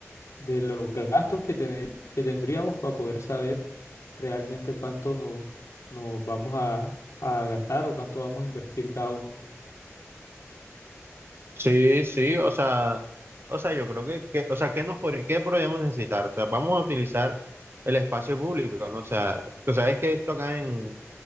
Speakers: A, on the left; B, on the right.
A: de los gastos que, tener- que tendríamos para poder saber realmente cuánto nos, nos vamos a, a gastar o cuánto vamos a invertir cada uno.
B: Sí, sí, o sea, o sea, yo creo que, que- o sea, ¿qué nos podri- qué podríamos necesitar? O sea, vamos a utilizar el espacio público, ¿no? O sea, tú sabes que esto acá en,